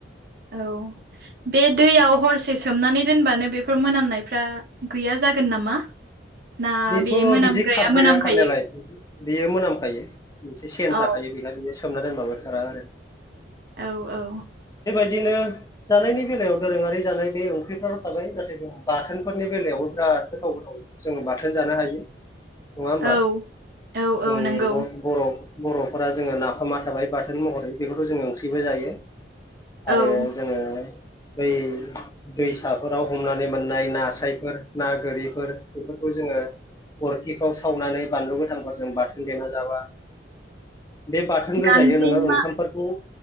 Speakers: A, on the right; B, on the left.
A: औ बे दैयाव हरसे से सोमनानै दोनबानो बेफोर मोनामनायफ्रा गैया जागोन नामा? ना
B: बेथ'
A: बे मोनामग्राया
B: बिदि खारद्राया
A: मोनामखायो
B: खारनायालाय बेयो मोनामखायो मोनसे सेन
A: औ
B: थाखायो बेहा बियो सोमना दोनबाबो खारा आरो
A: औ औ
B: बिदिनो जानायनि बेलायाव दोरोङारि जानाय बे ओंख्रिफ्राल' थाबाय नाथाय जों बाथोनफोरनि बेलायावबो बिराद राद गोथाव गोथाव जोङो बाथोन जानो हायो नङा होमबा
A: औ औ
B: जोंनि
A: औ नंगौ
B: ब बर' बर'फोरा जोङो नाफामा थाबाय बाथोन महरै बेफोरखौ जोङो ओंख्रिबो जायो
A: औ
B: आरो जोङो बै दैसाफोराव हमनानै मोननाय नास्रायफोर ना गोरिफोर बेफोर खौ जोङो अरखिफ्राव सावनानै बानलु गोथांफोरजों बाथोन देना जाबा
A: <inaudible>
B: बे बाथोन
A: गांजेमा
B: गोजायैनो नोङो ओंखामफोरखौ